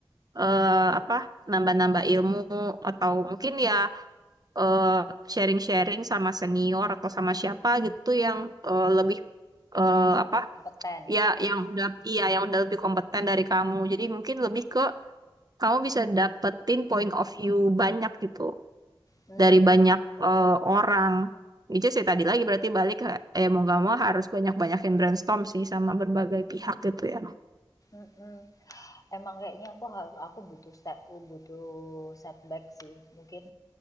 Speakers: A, on the right; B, on the left.
A: eh, apa nambah-nambah ilmu atau mungkin ya eh, sharing-sharing sama senior atau sama siapa gitu yang eh, lebih eh, apa
B: kompeten.
A: ya yang udah iya yang udah lebih kompeten dari kamu. Jadi mungkin lebih ke kamu bisa dapetin point of view banyak gitu
B: Hmm,
A: dari banyak eh, orang. Itu sih tadi lagi berarti balik ke- eh mau gak mau harus banyak-banyakin brainstorm sih sama berbagai pihak gitu ya.
B: mhm. Emang kayaknya aku harus aku butuh set, butuh setback sih. Mungkin